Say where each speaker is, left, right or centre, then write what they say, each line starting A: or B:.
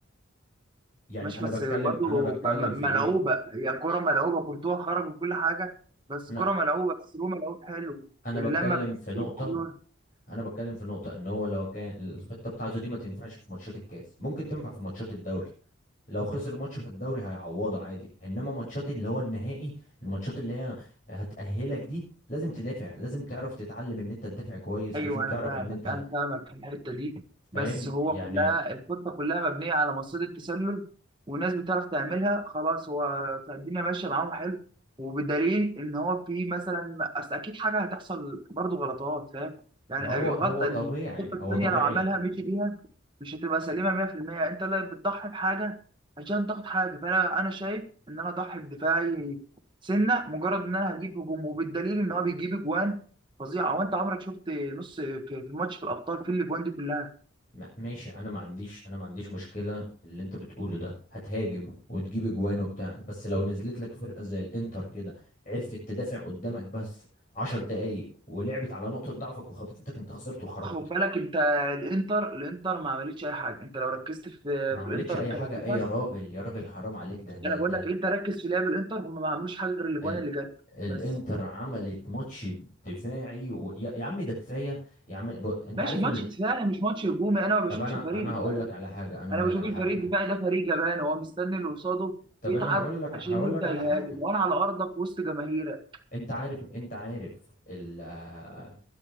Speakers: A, on the left (about 40°); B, on the right (about 25°).
A: يعني
B: ماشي
A: انا
B: بس
A: بتكلم
B: برضو
A: انا بتكلم
B: م- م-
A: في
B: ملعوبة
A: ايه
B: هي كرة ملعوبة كورتوا خرج وكل حاجة بس
A: انا
B: كرة ملعوبة بس هو ملعوب حلو
A: انا
B: اللمة
A: بتكلم
B: بتاعته
A: في نقطة
B: حلوة.
A: انا بتكلم في نقطه ان هو لو كان الخطه بتاعته دي ما تنفعش في ماتشات الكاس ممكن تنفع في ماتشات الدوري لو خسر ماتش في الدوري هيعوضه عادي انما ماتشات اللي هو النهائي الماتشات اللي هي هتأهلك دي لازم تدافع لازم تعرف تتعلم ان انت تدافع كويس
B: ايوه
A: لازم تعرف
B: انا فاهمك
A: ان انت
B: انا فاهمك في الحته دي
A: فاهم
B: بس هو
A: يعني
B: كلها الخطه كلها مبنيه على مصيده التسلل والناس بتعرف تعملها خلاص هو الدنيا ماشيه معاهم حلو وبدليل ان هو في مثلا اصل اكيد حاجه هتحصل برضه غلطات فاهم يعني
A: ما هو
B: الغلطه
A: هو طبيعي
B: الخطه
A: هو
B: الثانيه
A: طبيعي
B: لو عملها مشي بيها مش هتبقى سليمه 100% انت لا بتضحي بحاجه عشان تاخد حاجه فانا انا شايف ان انا اضحي بدفاعي سنه مجرد ان انا هجيب هجوم وبالدليل ان هو بيجيب اجوان فظيعه هو انت عمرك شفت نص في في ماتش في الابطال في الاجوان دي كلها
A: ما- ماشي انا ما عنديش انا ما عنديش مشكله في اللي انت بتقوله ده هتهاجم وتجيب اجوان وبتاع بس لو نزلت لك فرقه زي الانتر كده عرفت تدافع قدامك بس عشر دقايق ولعبت على نقطه ضعفك وخطفتك انت خسرت وخرجت
B: خد بالك انت الانتر الانتر ما عملتش اي حاجه انت لو ركزت في
A: ما عملتش
B: في الانتر
A: اي
B: كلاعبين
A: حاجه ايه يا راجل يا راجل حرام عليك ده ده
B: انا بقول
A: ده ال...
B: لك انت ركز في لعب الانتر هم ما عملوش حاجه غير الاجوان
A: ال...
B: اللي جت
A: الانتر
B: بس
A: عملت ماتش دفاعي و... يا... يا عم ده كفايه يا عم ب... انت
B: ماشي
A: عارف
B: ماتش
A: ال...
B: دفاعي مش ماتش هجومي انا ما بشوفش
A: طب انا
B: فريق
A: انا هقول
B: دفاعي
A: لك على حاجه انا هقول
B: انا
A: لك
B: بشوف
A: على
B: الفريق
A: حاجه
B: الدفاعي ده فريق جبان هو مستني اللي قصاده
A: طب
B: يتعب
A: انا هقول لك
B: عشان
A: هقول
B: يبدا
A: لك على
B: يهاجم
A: حاجه
B: وانا على ارضك وسط جماهيرك
A: انت عارف انت عارف ال آه،